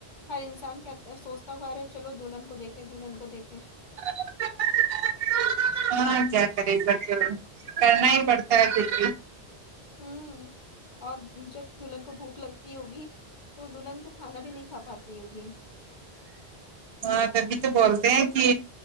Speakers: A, on the left; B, on the right.
A: ہر انسان کہتا سونچتا تو کہہ رہے چلو دلہن کو دیکھے دلہن کو دیکھے
B: <unintelligible> ہاں کیا کریں <unintelligible> کرنا ہی پڑتا ہے پھر بھی
A: ہوں اور جب دلہن کو بھوک لگتی ہوگی تو دلہن تو کھانا بھی نہیں کھا پاتی ہوگی
B: ہاں تبھی تو بولتے ہیں کہ